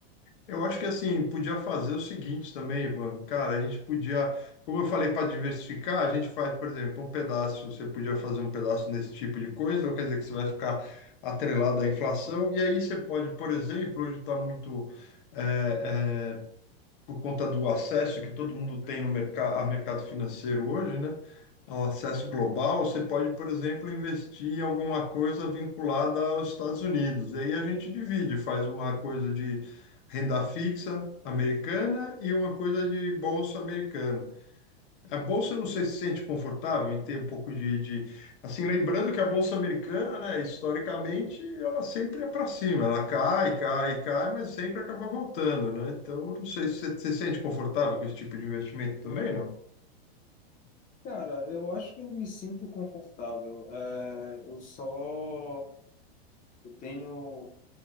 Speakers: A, on the left; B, on the left.
A: Eu acho que assim, podia fazer o seguinte também, Ivan. Cara, a gente podia, como eu falei, para diversificar, a gente faz, por exemplo, um pedaço, você podia fazer um pedaço nesse tipo de coisa, não quer dizer que você vai ficar atrelado à inflação, e aí você pode, por exemplo, hoje está muito. eh, eh, por conta do acesso que todo mundo tem no mercado, ao mercado financeiro hoje, né? Ao acesso global, você pode, por exemplo, investir em alguma coisa vinculada aos Estados Unidos. E aí a gente divide, faz uma coisa de renda fixa americana e uma coisa de bolsa americana. A bolsa não sei se sente confortável em ter um pouco de, de- assim, lembrando que a bolsa americana, né, historicamente, ela sempre é para cima, ela cai, cai, cai, mas sempre acaba voltando, né? Então, eu não sei se você se sente confortável com esse tipo de investimento também,
B: Cara, eu acho que eu me sinto confortável. É, eu só eu tenho.